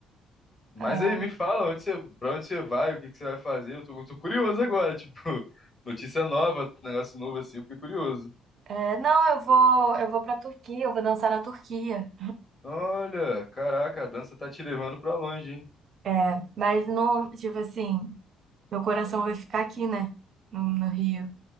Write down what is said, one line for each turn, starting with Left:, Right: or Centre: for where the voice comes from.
Left: Mas
Right: eh,
Left: aí, me fala, onde você, pra onde você vai? O que que você vai fazer? Eu tô, eu tô curioso agora, tipo, <laughs> notícia nova, negócio novo assim, eu fiquei curioso.
Right: eh, não, eu vou, eu vou pra Turquia, eu vou dançar na Turquia.
Left: Olha, caraca, a dança tá te levando pra longe, hein?
Right: É, mas não, tipo assim, meu coração vai ficar aqui, né? No, no Rio,